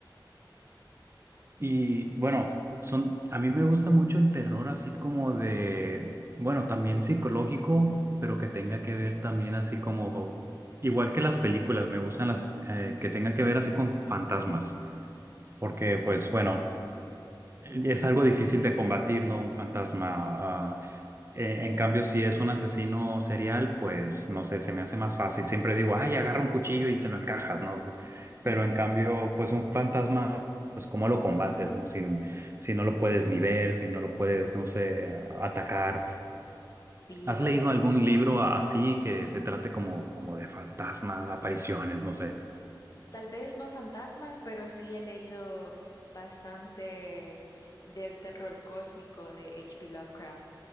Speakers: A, on the right (about 35°); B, on the left (about 45°).
A: Y bueno, son, a mí me gusta mucho el terror así como de, bueno, también psicológico, pero que tenga que ver también así como, igual que las películas, me gustan las eh, que tengan que ver así con fantasmas, porque pues bueno, es algo difícil de combatir, ¿no? Un fantasma. Eh, en cambio, si es un asesino serial, pues no sé, se me hace más fácil. Siempre digo, ay, agarra un cuchillo y se lo encajas, ¿no? Pe- Pero
B: <laughs>
A: en cambio, pues un fantasma, pues cómo lo combates, ¿no? Si, si no lo puedes ni ver, si no lo puedes, no sé, a- atacar.
B: Sí,
A: ¿Has leído algún libro a- así que se trate como, como de fantasmas, apariciones, no sé?
B: Tal vez no fantasmas, pero sí he leído bastante del terror cósmico de H.P. Lovecraft.